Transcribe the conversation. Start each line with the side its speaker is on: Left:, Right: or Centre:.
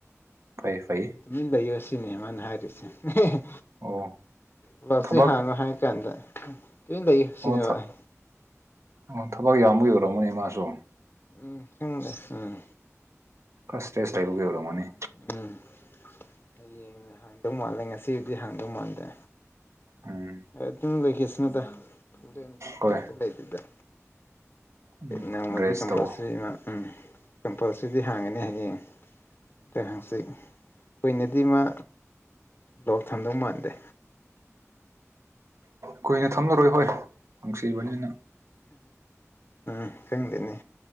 Right: ꯐꯩ ꯐꯩ
Left: ꯇꯨꯃꯤꯟ ꯂꯩꯌꯣ ꯁꯤꯅꯤ ꯃꯥꯅ ꯍꯥꯏꯔꯤꯁꯦ ꯍꯦꯍꯦ
Right: ꯑꯣ
Left: ꯒ꯭ꯂꯧꯇꯔ
Right: ꯊꯕꯛ
Left: ꯍꯥꯡꯉꯨ ꯍꯥꯏ ꯀꯥꯟꯗ ꯇꯨꯃꯤꯟ ꯂꯩꯌꯨ ꯁꯤꯅꯦꯕ
Right: ꯑꯣ ꯊꯥ ꯑꯣ ꯊꯕꯛ ꯌꯥꯝꯕꯒꯤ ꯑꯣꯏꯔꯝꯒꯅꯤ ꯃꯥꯁꯨ
Left: ꯎꯝ ꯈꯪꯗꯦ ꯎꯝ
Right: ꯈꯔꯥ ꯏꯁꯇ꯭ꯔꯦꯁ
Left: ꯍꯌꯦꯡ
Right: ꯂꯩꯕꯒꯤ ꯑꯣꯏꯔꯝꯒꯅꯤ
Left: ꯎꯝ ꯍꯌꯦꯡꯅ ꯍꯥꯡꯗꯧ ꯃꯥꯜꯂꯦ ꯉꯁꯤꯒꯤꯗꯤ ꯍꯥꯡꯗꯧ ꯃꯥꯥꯟꯗꯦ
Right: ꯎꯝ
Left: ꯑꯦ ꯑꯗꯨꯝ ꯂꯩꯈꯤꯁꯅꯨꯗ ꯍꯨꯔꯦꯟ ꯕꯤꯠꯀꯥ
Right: ꯍꯣꯏ
Left: ꯑꯝꯇꯥ ꯂꯩꯇꯦꯗ
Right: ꯎꯝ
Left: ꯅꯣꯡꯃꯒꯤ
Right: ꯔꯦꯁ
Left: ꯀꯝꯄꯜꯁꯔꯤ
Right: ꯇꯧ
Left: ꯃꯥ ꯎꯝ ꯀꯝꯄꯜꯁꯔꯤꯗꯤ ꯍꯥꯡꯒꯅꯤ ꯍꯌꯦꯡ ꯇꯥ ꯍꯥꯡꯆꯤꯠ ꯀꯨꯏꯅꯗꯤ ꯃꯥ ꯕ꯭ꯂꯣꯛ ꯊꯝꯗꯧ ꯃꯥꯟꯗꯦ
Right: ꯀꯨꯏꯅ ꯊꯝꯂꯔꯣꯏ ꯍꯣꯏ ꯅꯨꯡꯁꯤꯕꯅꯤꯅ
Left: ꯎꯝ ꯎꯝ ꯈꯪꯗꯦꯅꯦ